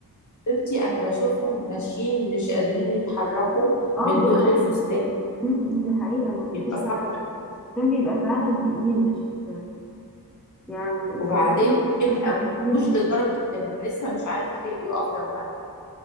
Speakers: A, on the left; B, in the centre.
A: حبيبتي انا بشوفهم ماشيين مش قادرين يتحركوا
B: اه
A: من
B: دي
A: تقل
B: حقيقة
A: الفستان
B: أمم، دي حقيقة ما بيبقوش
A: بيبقى صعب
B: حق أصلا الفستان بيبقى فعلا تقيل مش يعني الفستان
A: وبعدين
B: مش
A: يبقى
B: مستحملينه
A: مفهوش لدرجه ان لسه مش عارف ي- يقف جنبها